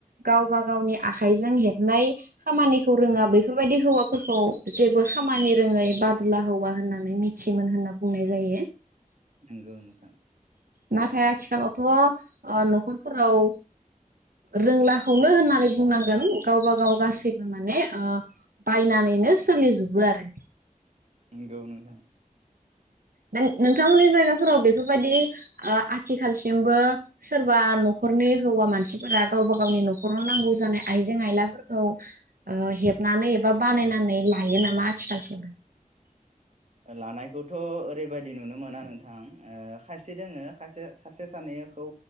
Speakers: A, on the right; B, on the right.
A: गावबा गावनि आखाइजों हेबनाय खामानिखौ रोङा बेफोरबायदि हौवाफोरखौ जेबो खामानि रोङै बादुला हौवा होननानै मिथि मोन होनना बुंनाय जायो।
B: नंगौ नोंथां।
A: नाथाय आथिखालावथ' ओ न'खरफोराव रोंलाखौनो होननानै बुंनांगोन गावबा गाव गासैबो माने ओ बायनानैनो सोलिजोबो आरो
B: नंगौ नोंथां।
A: दा नोंथांमोननि जायगाफोराव बेफोरबायदि ओ आथिखालसिमबो सोरबा न'खरनि हौवा मानसिफोरा गावबा गावनि न'खराव नांगौ जानाय आइजें आयलाफोरखौ ओ हेबनानै एबा बानायनानै लायो नामा आथिखालसिमबो
B: लानायखौथ' ओरैबायदि नुनो मोना नोंथां ओ खायसे दोङो खायसे सासे सानैखौ